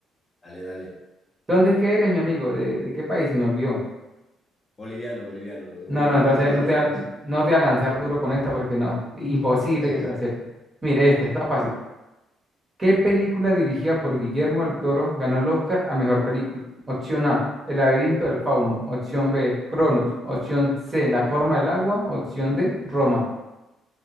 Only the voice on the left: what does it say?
Dale, dale.
Boliviano, boliviano, de Bolivia.
Pero ahora
estamos.
<laughs>